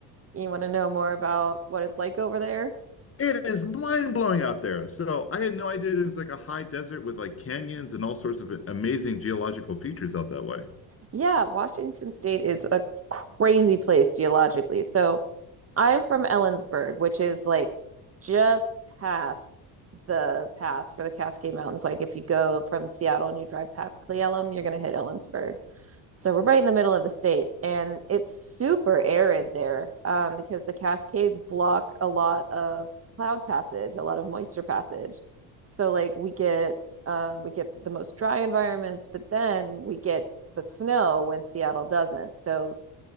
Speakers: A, on the right (about 30°); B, on the left (about 30°).
A: You want to know more about what it's like over there?
B: It is mind-blowing out there. So I had no idea it was like a high desert with like canyons and all sorts of amazing geological features out that way.
A: Yeah, Washington State is a crazy place geologically. So I'm from Ellensburg, which is like just past the pass for the Cascade Mountains. Like if you go from Seattle and you drive past Cleellum, you're going to hit Ellensburg. So we're right in the middle of the state, and it's super arid there um, because the Cascades block a lot of cloud passage, a lot of moisture passage. So like we get um, we get the most dry environments, but then we get the snow when Seattle doesn't. So